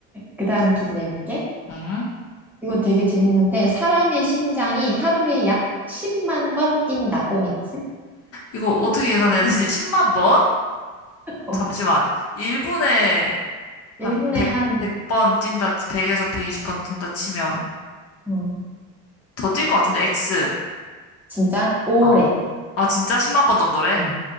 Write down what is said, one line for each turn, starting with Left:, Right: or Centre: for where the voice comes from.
Centre: 그 다음 퀴즈 내볼게.
Left: 음.
Centre: 이거 되게 재밌는데, 사람의 심장이 하루에 약 10만 번 뛴다. OX?
Left: 이거 어떻게 계산해야 되지? 10만 번?
Centre: 어.
Left: 잠시만. 1분에 한
Centre: 1분에
Left: 100,
Centre: 한,
Left: 번 뛴다, 100에서 120번 뛴다 치면
Centre: 어.
Left: 더 뛸 것 같은데, X.
Centre: 진짜? 오래.
Left: 어. 아, 진짜 10만 번 정도래?
Centre: 음.